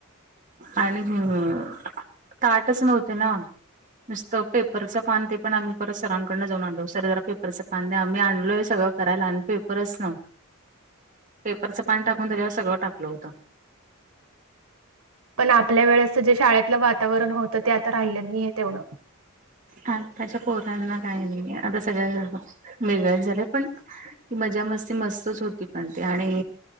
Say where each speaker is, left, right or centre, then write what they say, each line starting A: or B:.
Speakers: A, on the right (about 35°); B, on the right (about 85°).
A: आणि... हू... ताटच नव्हते ना. नुसतं पेपरच पान.. ते पण आम्ही परत सरांकडन जाऊन आणलो... सर जरा पेपरचं पान द्या... आम्ही आणलोय सगळं करायला... अन पेपरच नव्ह पेपरचं पान टाकून... त्याच्यावर सगळं टाकलं होतं.
B: पण आपल्या वेळेसचं... जे शाळेतलं वातावरण होतं... ते आता राहिलं नाई ए तेवढं.
A: आताच्या पोरांना काय नाहीये... आता सगळे मेंगलट झालेत पण ती मजा मस्ती मस्तच होती पण... ते आणि